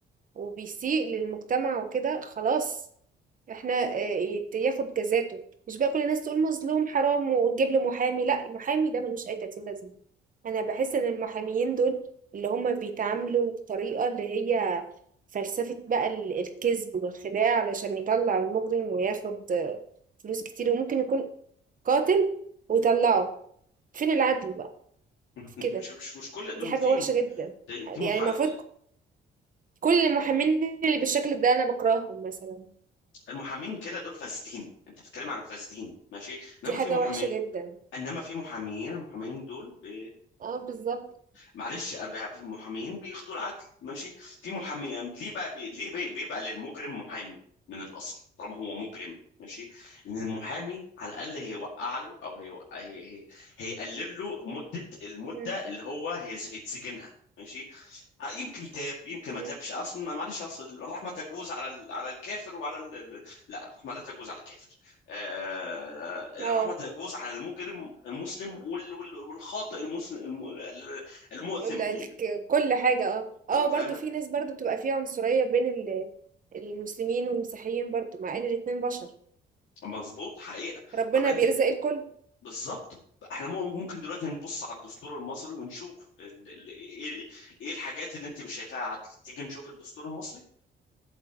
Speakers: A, on the right; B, on the left.
A: وبيسيء للمجتمع وكده خلاص احنا آه، يت- ياخد جزاته مش بقى كل الناس تقول مظلوم حرام ونجيب له محامي لا المحامي ده ملوش اي 30 لازمة انا بحس ان المحاميين دول اللي هما بيتعاملوا بطريقة اللي هي فلسفة بقى ال- الكذب والخداع علشان يطلع المجرم وياخد آه، فلوس كتير وممكن يكون قاتل ويطلعه فين العدل بقى في
B: انت
A: كده
B: مش مش مش كل دول
A: دي حاجة
B: في
A: وحشة جدا
B: دي دي
A: يعني
B: محا...
A: المفروض كل المحامين اللي بالشكل ده انا بكرههم مثلا
B: المحامين كده دول فاسدين انت بتتكلم عن فاسدين ماشي انما
A: دي حاجة
B: في محامين
A: وحشة جدا
B: انما في محامين المحامين دول بي...
A: اه بالظبط
B: معلش أب- محامين بياخدوا العدل ماشي في محامي ليه بقى بي... ليه بي... بيبقى للمجرم محامي من الاصل طالما هو مجرم ماشي لان المحامي على الاقل هيوقع له او هيوقع... هي... هي... هيقلل له مده المده
A: مم.
B: اللي هو هيز... هيتسجنها ماشي آه، يمكن تاب يمكن ما
A: مم.
B: تابش اصلا ما معلش اصل الرحمه تجوز على ال... على الكافر وعلى ال... ال- لا الرحمه لا تجوز على الكافر آه، آه، الرحمة
A: اه
B: تجوز على المجرم المسلم وال- وال- والخاطئ المسلم الم- المؤثم
A: ال- ال-
B: يعني
A: كل حاجة اه اه برضو
B: فاهمة
A: في ناس برضو بتبقى فيها عنصرية بين ال- المسلمين والمسيحيين برضو مع ان الاتنين بشر
B: مظبوط حقيقة
A: ربنا
B: طب انت
A: بيرزق الكل
B: بالظبط احنا مو- ممكن دلوقتي نبص على الدستور المصري ونشوف ال- ال- ايه إيه الحاجات اللي انت مش شايفاها عدل تيجي نشوف الدستور المصري